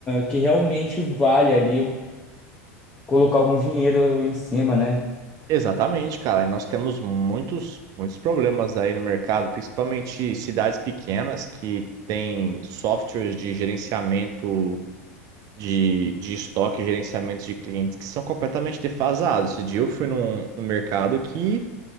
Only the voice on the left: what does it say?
que realmente vale ali colocar algum dinheiro em cima, né?